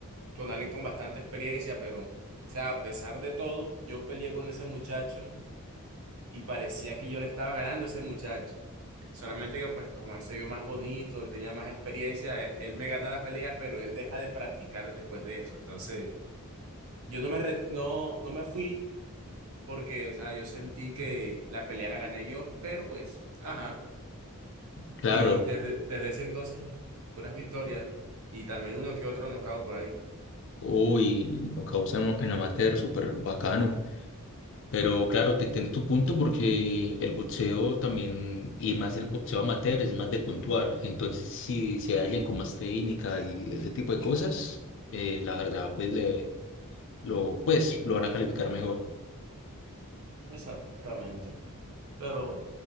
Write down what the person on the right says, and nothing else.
con alguien con bastante experiencia, pero, o sea, a pesar de todo, yo peleé con ese muchacho y parecía que yo le estaba ganando a ese muchacho. Solamente que, pues, como él se vio más bonito, él tenía más experiencia, él, él me ganó la pelea, pero él deja de practicar después de eso. Entonces, yo no me, re- no, no me fui porque, o sea, yo sentí que la pelea la gané yo, pero pues, ajá.
Y desde, desde ese entonces, puras victorias y también uno que otro nocaut por ahí.
Exactamente. Pero